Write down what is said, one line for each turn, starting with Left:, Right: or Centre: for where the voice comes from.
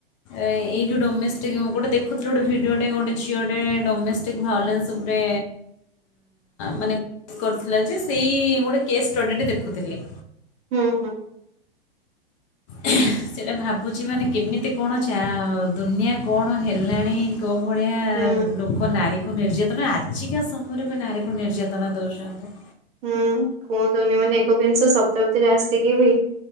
Left: ଏଇ ଯେଉଁ ଡୋମେଷ୍ଟିକ୍ ଗୋଟେ ଦେଖୁଥିଲି ଗୋଟେ ଭିଡ଼ିଓଟେ ଗୋଟେ ଝିଅଟେ ଡୋମେଷ୍ଟିକ୍ ଭାଇଲାନ୍ସ ଉପରେ ମାନେସ୍ କରିଥିଲା ଯେ ସେଇ ଗୋଟେ କେସ୍ ଷ୍ଟଡ଼ିଟେ ଦେଖୁଥିଲି।
Right: ହୁଁ ହ।
Left: ସେଇଟା ଭାବୁଛି ମାନେ କେମିତି କଣ ଅଛି। ଚା ଦୁନିଆ କଣ ହେଲାଣି କଉ ଭଳିଆ
Right: ହୁଁ
Left: ଲୋକ ନାରୀ। ନିର୍ଯାତନା ଆଜିକା ସମୟରେ ବି ନାରୀକୁ ନିର୍ଯାତନା ଦଉଛନ୍ତି।
Right: ହୁଁ କୁହନ୍ତୁନି ମାନେ ଏକବିଂଶ ଶପତାବ୍ଦୀରେ ଆସିକି ବି